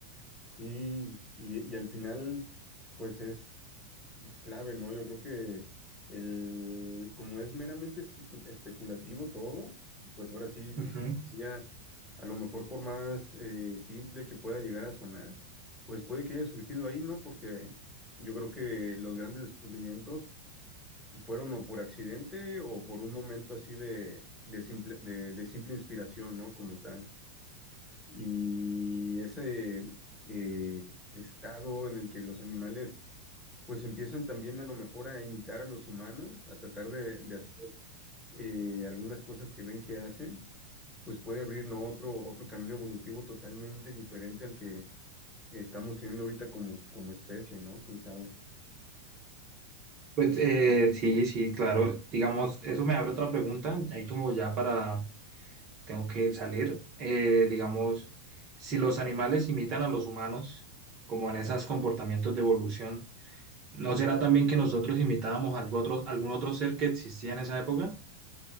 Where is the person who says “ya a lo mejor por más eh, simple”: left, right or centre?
Centre